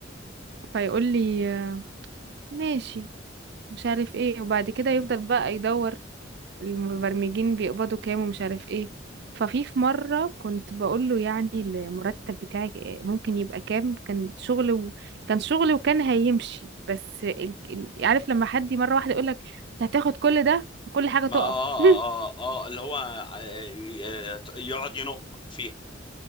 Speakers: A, on the right (about 60°); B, on the left (about 25°).
A: فيقول لي آه، ماشي مش عارف ايه وبعد كده يفضل بقى يدور المبرمجين بيقبضوا كام ومش عارف ايه ففي في مرة كنت بقول له يعني المرتب بتاعك ممكن يبقى كام كان شغل و... كان شغل وكان هيمشي بس ال... ال... عارف لما حد مرة واحدة يقول لك انت هتاخد كل ده كل حاجة
B: ما
A: تقف
B: اه
A: <laughs>
B: اه, آه, آه آه، اللي هو آه، آه، يقعد ينق فيها